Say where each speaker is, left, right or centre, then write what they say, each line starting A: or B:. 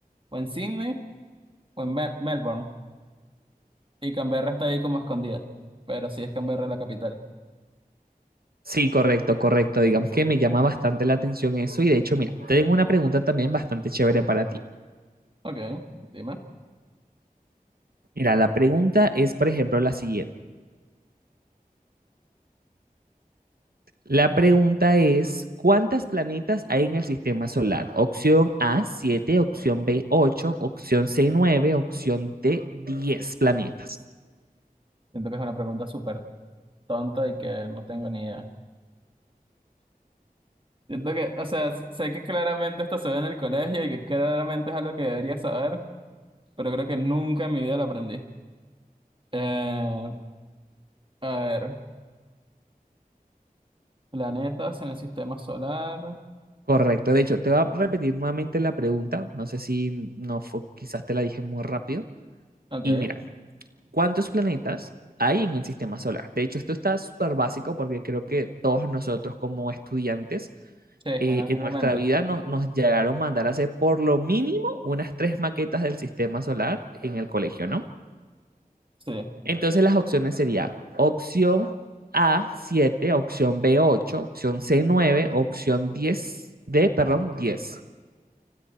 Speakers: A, on the right; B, on the right.
A: o en Sydney o en Mel- Melbourne y Canberra está ahí como escondida. Pero sí es Canberra la capital.
B: Sí, correcto, correcto. Digamos que me llama bastante la atención eso y de hecho, mira, tengo una pregunta también bastante chévere para ti.
A: Ok, dime.
B: Mira, la pregunta es, por ejemplo, la siguiente. La pregunta es, ¿cuántas planetas hay en el sistema solar? Opción A, 7. opción B, 8. opción C, 9. opción D, 10 planetas.
A: Siento que es una pregunta súper tonta y que no tengo ni idea. Siento que, o sea, s- sé que claramente esto se ve en el colegio y que claramente es algo que debería saber, pero creo que nunca en mi vida lo aprendí. Eh, a ver, planetas en el sistema solar.
B: Correcto, de hecho, te voy a repetir nuevamente la pregunta, no sé si no fue, quizás te la dije muy rápido.
A: Ok,
B: Y mira, cuántos planetas hay en el sistema solar. De hecho, esto está súper básico porque creo que todos nosotros como estudiantes
A: sí, en
B: eh,
A: algún
B: en nuestra
A: momento.
B: vida no- nos llegaron a mandar a hacer por lo mínimo unas tres maquetas del sistema solar en el colegio, ¿no?
A: Sí,
B: Entonces las opciones serían opción A, 7, opción B, 8, opción C, 9, opción 10, D, perdón, 10.